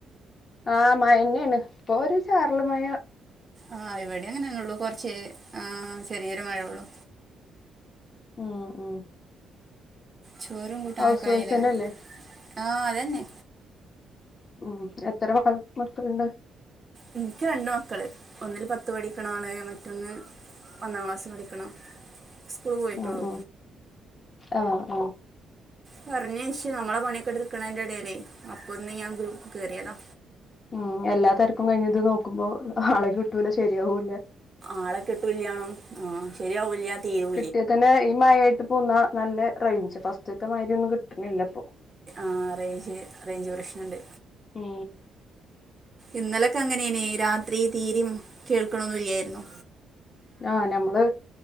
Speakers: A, on the left; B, on the right.
A: ആ മഴന്നെയാണ് ഇപ്പൊ ഒരു ചാറല് മയ.
B: ആ ഇവിടെ അങ്ങനെയന്നള്ളൂ കുറച്ച് ആ ചെറിയൊരു മഴേള്ളു.
A: മ് മ്
B: ചോറും കൂട്ടാനൊക്കയായില്ലേ?
A: ഹൗസ് വൈഫ്ന്നല്ലേ
B: ആ അതന്നെ
A: മ് എത്ര മക്ക മക്കളുണ്ട്?
B: എനിക്ക് രണ്ട് മക്കള് ഒന്നില് പത്ത് പഠിക്കണാണ് മറ്റൊന്ന് ഒന്നാം ക്ലാസ് പഠിക്കണം. സ്കൂൾ പോയിട്ടുള്ളൂ
A: മ് മ് ആ ആ
B: പറഞ്ഞേശ്യോ നമ്മള പണിയൊക്കെ എടുക്കണന്റെ ഇടല്ലേ അപ്പൊന്ന് ഞാൻ ഗ്രൂപ്പിൽ കേറിയതാ.
A: മ് എല്ലാ തെരക്കും കഴിഞ്ഞത് നോക്കുമ്പോ ആളെക്ക് കിട്ടൂല ശരിയാവൂല്ല
B: ആളൊക്കെ ഇട്ടൂല്ലണോ ആ ശരിയാവില്ല തീരു
A: കിട്ടിയതന്നെ ഈ മഴയായിട്ട് പോന്നാ നല്ല റൈഞ്ച് ഫസ്റ്റത്തെ മാതിരിയൊന്നും കിട്ടണില്ല ഇപ്പൊ
B: ആ റേഞ്ച് റേഞ്ച് പ്രശ്നണ്ട്.
A: മ്
B: ഇന്നലൊക്കെ അങ്ങനെയെനെ രാത്രി തീര കേൾക്കണൊന്നില്ലായിരുന്നു.
A: ആ നമ്മള്